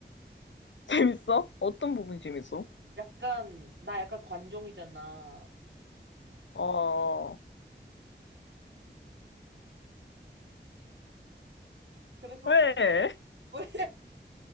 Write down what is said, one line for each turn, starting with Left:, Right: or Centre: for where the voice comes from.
Left: 재밌어? 어떤 부분이 재밌어?
Right: 약간 나 약간 관종이잖아.
Left: 어,
Right: 그래서
Left: 왜?
Right: 좀 <laughs> 왜?